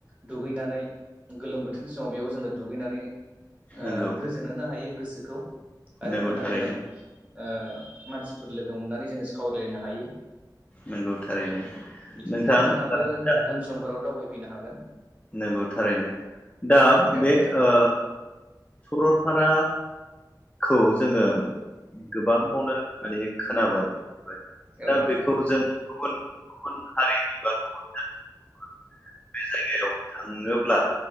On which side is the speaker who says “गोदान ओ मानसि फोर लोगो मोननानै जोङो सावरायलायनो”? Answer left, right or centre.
Right